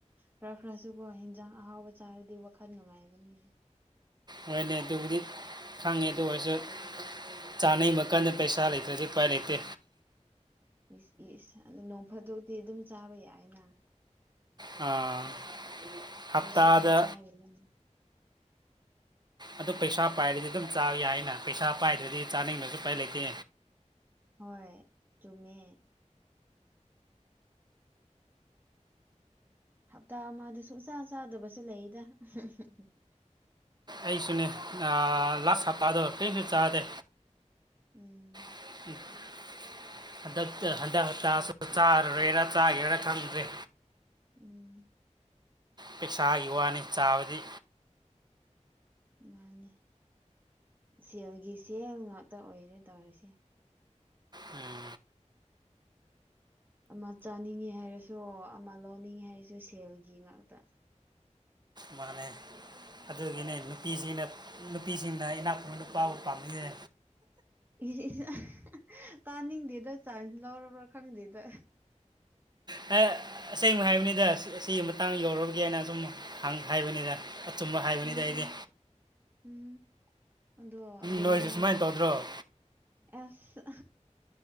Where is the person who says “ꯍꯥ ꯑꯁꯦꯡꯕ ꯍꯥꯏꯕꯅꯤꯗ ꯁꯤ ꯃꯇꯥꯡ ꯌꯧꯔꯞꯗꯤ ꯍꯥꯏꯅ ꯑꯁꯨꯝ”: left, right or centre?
Right